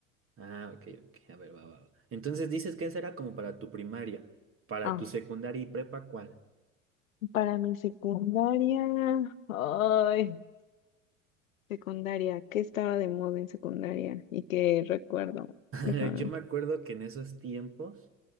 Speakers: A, on the right (about 30°); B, on the left (about 80°).
A: Ah, ok, ok, a ver, va, va, va. Entonces dices que esa era como para tu primaria, para
B: Ah,
A: tu secundaria y prepa, ¿cuál?
B: para mi secundaria, ay, Secundaria, ¿qué estaba de moda en secundaria? ¿Y qué recuerdo?
A: <laughs>
B: Déjame.
A: Yo me acuerdo que en esos tiempos,